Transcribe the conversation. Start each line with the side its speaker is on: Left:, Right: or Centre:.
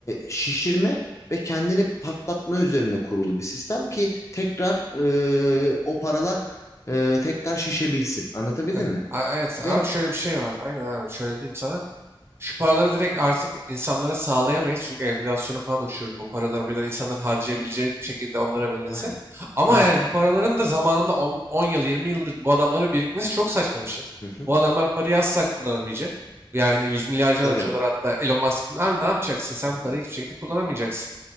Left: şişirme ve kendini patlatma üzerine kurulu bir sistem ki tekrar e, o paralar e, tekrar şişebilsin. Anlatabildim
Right: Evet,
Left: mi?
Right: a- evet
Left: Ve
Right: ama şöyle bir şey var. Aynen abi şöyle diyeyim sana. Şu paraları direkt artık insanlara sağlayamayız. Çünkü enflasyonu falan uçurur. Bu paraları birden insanların harcayabileceği bir şekilde onlara verilse.
Left: Aynen.
Right: Ama
Left: Aynen.
Right: yani bu paraların da zamanında on, on yıl 20 yıldır bu adamlara birikmesi çok saçma bir şey.
Left: Hı hı.
Right: Bu adamlar parayı asla kullanamayacak. Yani yüz milyarca
Left: Tabii.
Right: dolar hatta Elon Musk'ın abi ne yapacaksın? Sen
Left: Hı hı.
Right: parayı hiçbir şekilde kullanamayacaksın.